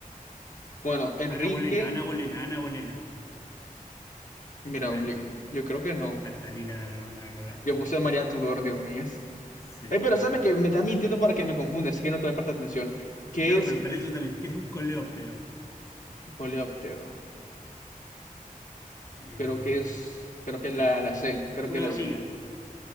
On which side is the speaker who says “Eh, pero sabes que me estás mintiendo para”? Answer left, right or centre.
Left